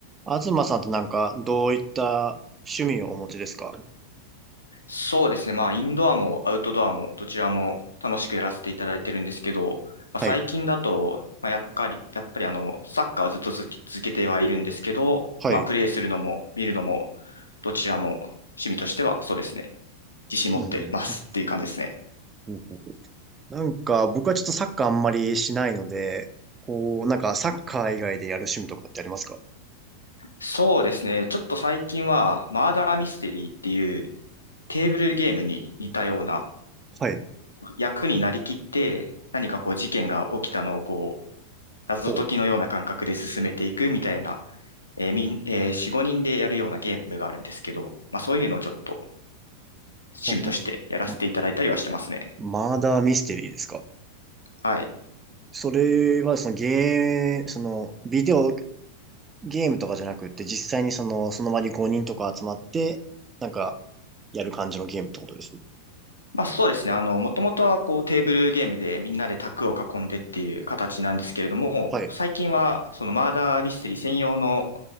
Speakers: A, on the right (about 20°); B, on the left (about 80°).
A: 東さんってなんか、どういった趣味をお持ちですか
B: そうですね。まあ、インドアもアウトドアもどちらも楽しくやらせていただいてるんですけど、まあ、
A: はい。
B: 最近だと、まあ、やっぱり、やっぱりあの、サッカーはずっと続き続けてはいるんですけど、
A: はい。
B: まあ、プレーするのも見るのも、どちらも趣味としてはそうですね。自信持ってますっていう感じですね。
A: うんうんうんなんか、僕はちょっとサッカーあんまりしないので、こう、なんか、サッカー以外でやる趣味とかってありますか
B: そうですね。ちょっと最近は、マーダーミステリーっていうテーブルゲームに似たような
A: はい。
B: 役になりきって、何かこう事件が起きたのをこう、謎解きのような感覚で進めていくみたいな
A: ほう。
B: えーみん、えー4、5人でやるようなゲームがあるんですけど、まあそういうのをちょっと趣味としてやらせていただいたりはしてますね。
A: ほうあマーダーミステリーですか
B: はい。
A: それは、そのゲー、その、ビデオゲームとかじゃなくって、実際にその、その場に5人とか集まって、なんか、やる感じのゲームってことです。
B: まあそうですね。あの、もともとはこうテーブルゲームでみんなで卓を囲んでっていう形なんですけれども、
A: はい。
B: 最近はそのマーダーミステリー専用の、